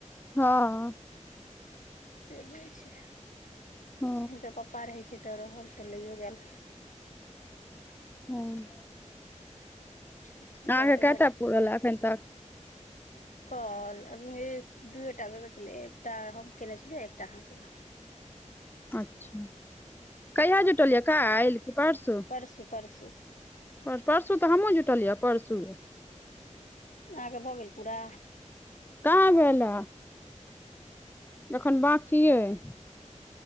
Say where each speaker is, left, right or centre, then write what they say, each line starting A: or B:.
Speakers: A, on the left (about 15°); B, on the left (about 80°).
A: हँ।
B: से होय छै
A: ओ
B: हिनकर पप्पा रहै छै तऽ रहल तऽ लैओ गेल।
A: हँ।
B: एहि
A: आहाँ
B: दुआरे
A: के
B: एहि
A: केएटा
B: बेर
A: पुरल एखन तक।
B: काॅल अभी दूए टा भेबेकेलैया एकटा हम केने छेलियै एकटा आहाँ केलौ।
A: अच्छा कहिया जुटल यै कैल की परसु।
B: परसू -परसू
A: पर- परसू तऽ हमहूँ जुटलियै यए परसूए।
B: आहाँ के भऽ गेल पुरा।
A: कहाँ भेल आ एखन बाकीैए अइ।